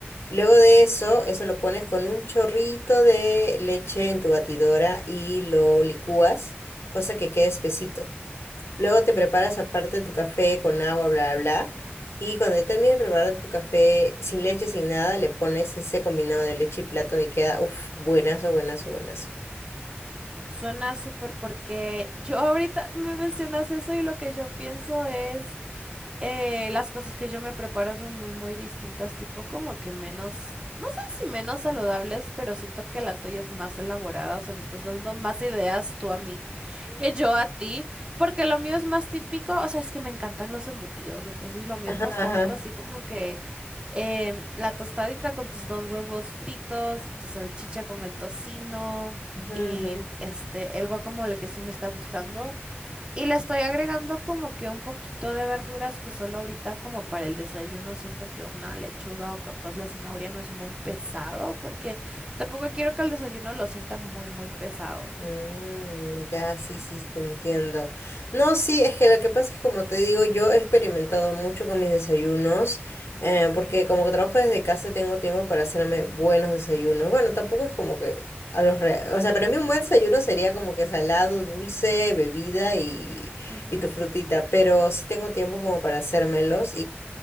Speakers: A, on the left; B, on the right.
A: Luego de eso, eso lo pones con un chorrito de leche en tu batidora y lo licúas, cosa que quede espesito. Luego te preparas aparte tu café con agua, bla, bla, bla. Y cuando ya termines de preparar tu café sin leche, sin nada, le pones ese combinado de leche y plátano y queda, uff, buenazo, buenazo, buenazo.
B: Suena súper porque yo ahorita me mencionas eso y lo que yo pienso es. eh, las cosas que yo me preparo son muy, muy distintas, tipo como que menos, no sé si menos saludables, pero siento que la tuya es más elaborada, o sea, me estás dando más ideas tú a mí que yo a ti, porque lo mío es más típico, o sea, es que me encantan los embutidos, entonces lo mío
A: Ajá,
B: es más
A: ajá.
B: típico, así como que em, la tostadita con tus dos huevos fritos y tu salchicha con el tocino.
A: Ujú,
B: Y
A: ujú.
B: este, el guacamole que sí me está gustando. Y le estoy agregando como que un poquito de verduras que solo ahorita como para el desayuno siento que una lechuga o capaz la zanahoria no es muy pesado porque tampoco quiero que el desayuno lo sienta muy muy pesado.
A: Mm, ya, sí, sí, te entiendo. No, sí, es que lo que pasa es, como te digo, yo he experimentado mucho con mis desayunos, eh, porque
B: Ujú,
A: como que trabajo desde casa, tengo tiempo para hacerme buenos desayunos. Bueno, tampoco es como que a los re... O sea, para mí un buen desayuno sería como que salado, dulce, bebida y,
B: ujú.
A: y tu frutita, pero sí tengo tiempo como para hacérmelos